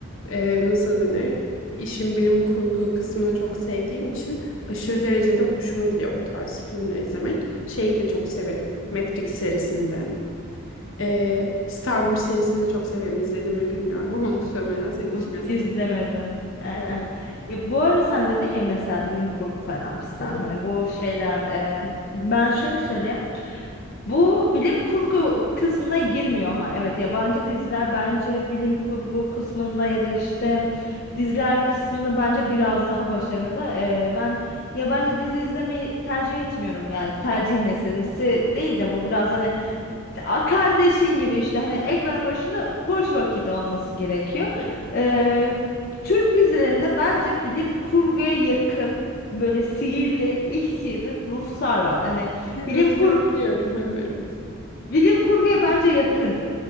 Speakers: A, on the left; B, on the left.
A: e, nasıl denir? İşin bilim kurgu kısmını çok sevdiğim için aşırı derecede hoşuma gidiyor bu tarz filmler izlemek. Şeyi de çok severim. Matrix serisini de. E, Star Wars serisini de çok severim. İzledim mi bilmiyorum ama <laughs> muhtemelen senin
B: Yok
A: için biraz eski
B: izlemedim. E, e.
A: Evet.
B: Ya, bu arada sen dedin ya mesela bilim kurgu falan fistan
A: Hı hı,
B: hani bu şeyler e, ben şöyle söyleyeyim. Bu bilim kurgu kısmına girmiyor ama evet yabancı diziler bence bilim kurgu kısmında ya da işte diziler kısmında bence biraz daha başarılı. Ee, ben yabancı dizi izlemeyi tercih etmiyorum yani tercih
A: hı.
B: meselesi değil de bu biraz hani a- kardeşin gibi işte hani ekranın başında boş vakit olması gerekiyor.
A: <laughs>
B: Ee, Türk dizilerinde bence bilim kurguya yakın böyle sihirli, ilk sihirli ruhsar var. Hani bilim
A: Rusları
B: kurgu
A: biliyorum evet.
B: Bilim kurguya bence yakın.